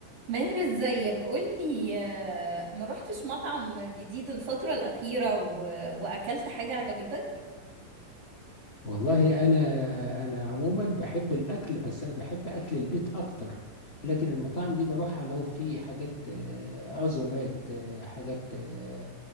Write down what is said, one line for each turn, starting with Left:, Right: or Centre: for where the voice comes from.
Right: ماهر ازيك قولي آه، ما روحتش مطعم جديد الفترة الأخيرة و... وأكلت حاجة عجبتك؟
Left: والله انا انا عموما بحب الاكل بس انا بحب اكل البيت اكتر لكن المطاعم دي بروحها لو في حاجات آه، عزومات آه، حاجات آه،